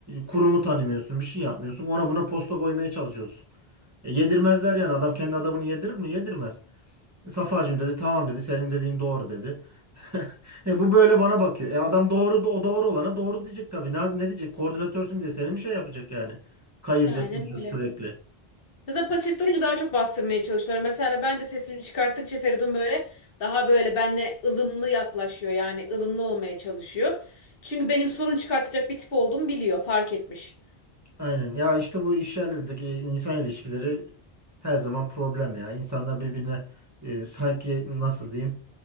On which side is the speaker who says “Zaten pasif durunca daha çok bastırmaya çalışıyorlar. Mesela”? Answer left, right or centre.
Left